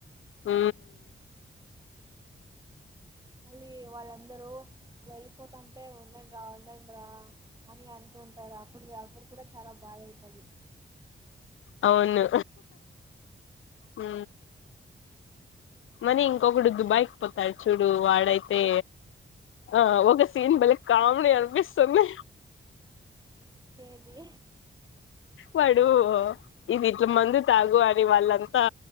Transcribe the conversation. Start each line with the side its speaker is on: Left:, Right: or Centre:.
Left: ఊ
Right: మళ్ళీ వాళ్ళందరూ వెళ్ళిపోతుంటే ఉండండి రా ఉండండి రా అని అంట ఉంటాడు అప్పుడు అప్పుడు కూడ చాలా బాధ అయితది
Left: అవును హు మలి ఇంకొకడు దుబాయ్కి పోతాడు చూడు వాడైతే ఆ ఒక సీన్ బలే కామిడి అనిపిస్తుంది
Right: ఏది
Left: వాడు ఇది ఇట్ల మందు తాగు అని వాళ్ళంతా